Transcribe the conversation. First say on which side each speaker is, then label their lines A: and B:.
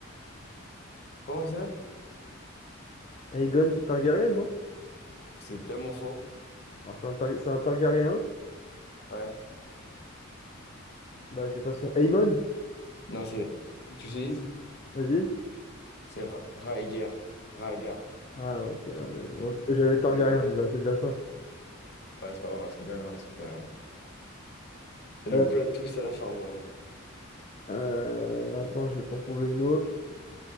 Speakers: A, on the left; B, on the left.
A: Comment il s'appelle?
B: Aegon Targaryen, non?
A: C'est tellement faux.
B: Alors, c'est un, Tar- c'est un Targaryen.
A: Ouais.
B: Bah, j'ai pas son. Aemon,
A: Non, c'est... Tu utilises?
B: vas-y.
A: C'est Ra- Rhaegar. Rhaegar.
B: Ah, ouais, ok. ah, ouais, bon,
A: Rhaegar.
B: J'avais Targaryen
A: Dommage.
B: déjà, c'est déjà ça.
A: Ouais, c'est pas grave, c'est pas grave, c'est pas grave. C'est le
B: Euh,
A: plot twist à la fin, moi.
B: euh, attends, je vais t'en trouver une autre.